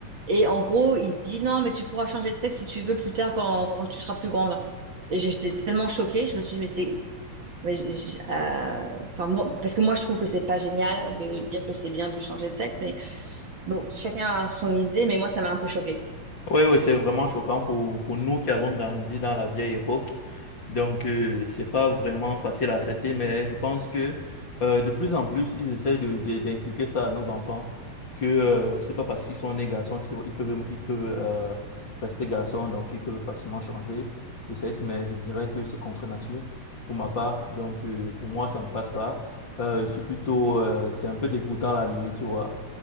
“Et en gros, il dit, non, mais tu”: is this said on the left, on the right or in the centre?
Right